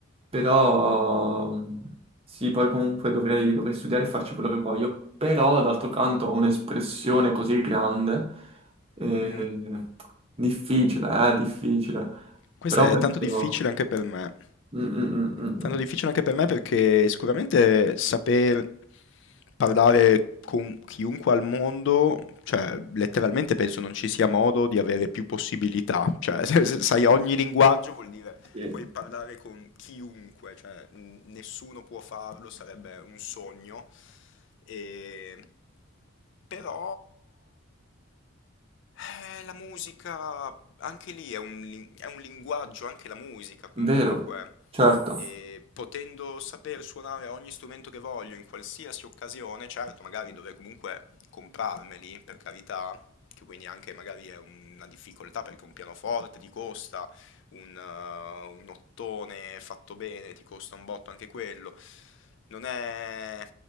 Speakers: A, on the right (about 25°); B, on the left (about 60°).
A: Però mh, sì, poi comunque dovrei, dovrei studiare e farci quello che voglio. Però d'altro canto ho un'espressione così grande, eh,
B: Mm.
A: difficile, eh, difficile.
B: Questa
A: Però penso...
B: è tanto difficile anche per me.
A: Mm, mm, mm, mm,
B: Tanto
A: mm.
B: difficile anche per me perché sicuramente saper parlare con chiunque al mondo, cioè letteralmente penso non ci sia modo di avere più possibilità. Cioè, <laughs> se se sai ogni linguaggio vuol dire
A: Sì,
B: puoi parlare con chiunque, cioè n- nessuno può farlo, sarebbe un sogno. E... Però eh, la musica, anche lì è un, lin- è un linguaggio, anche la musica comunque.
A: Vero, certo.
B: E potendo saper suonare ogni strumento che voglio in qualsiasi occasione, certo, magari dovrei comunque comprarmeli, per carità, che quindi anche magari è una difficoltà perché un pianoforte ti costa un, uh, un ottone fatto bene, ti costa un botto anche quello. Non è,